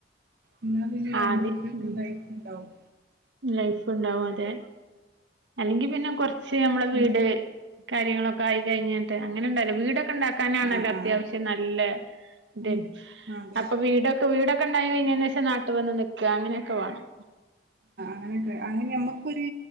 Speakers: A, on the right; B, on the right.
A: ഇന്നാ പിന്നെ രണ്ടൂട്ടർക്കും
B: ആദ്യം ഉം
A: ലൈഫ് ഇണ്ടാവും
B: ലൈഫ് ഇണ്ടാവും അതെ അല്ലെങ്കി പിന്നെ കൊർച്ച് നമ്മളെ വീട്
A: ഉം
B: കാര്യങ്ങളൊക്കായി കഴിഞ്ഞിട്ട് അങ്ങനെ ഇണ്ടല്ലോ വീട ണ്ടാക്കാനാണല്ലോ
A: ആഹ്
B: അത്യാവശ്യം
A: ആഹ്
B: നല്ല
A: ഉം
B: ത്
A: അതെ
B: അപ്പൊ വീടൊക്കെ വീടൊ ണ്ടായി കയിഞ്ഞേനേശം നാട്ട് വന്ന് നിക്ക അങ്ങനെ ക്കെ വേണം
A: അങ്ങന അങ്ങനെ ഞമ്മക്കൊരു